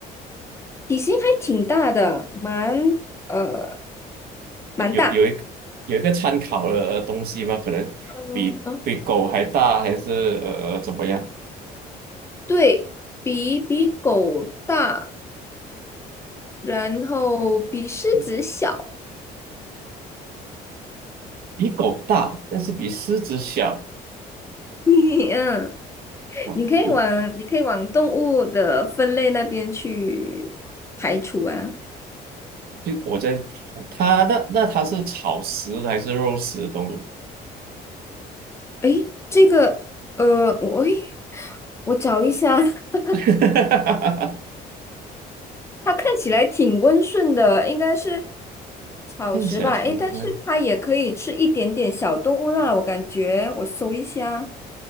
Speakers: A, on the left (about 15°); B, on the right (about 65°).
A: 体型还挺大的，蛮呃蛮大，
B: 有有一个有一个参考的东西吗？可能比比狗还大，
A: 嗯，
B: 还是呃怎么样？
A: 对，比比狗大，然后比狮子小。
B: 嗯比狗大，但是比狮子小。
A: <laughs> 嗯，
B: 啊，
A: 你可以往你可以往动物的分类那边去排除啊。
B: 比就我在它那那它是草食的还是肉食的动物？
A: 诶，这个呃，我诶我找一下。<laughs>
B: <laughs>
A: 它看起来挺温顺的，应该是草食吧？
B: 看起来挺乖。
A: 诶，但是它也可以吃一点点小动物啦，我感觉我搜一下，